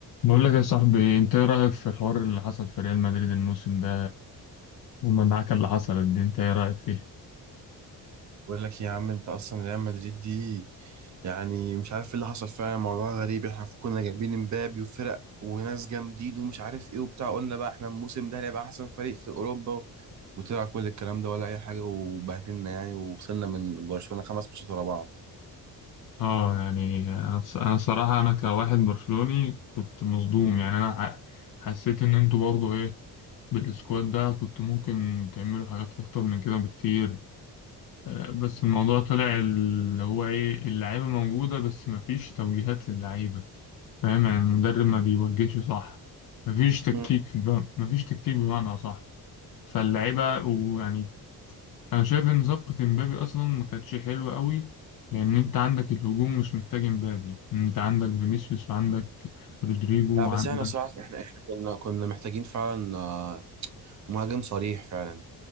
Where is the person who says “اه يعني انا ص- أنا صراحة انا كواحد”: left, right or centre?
Left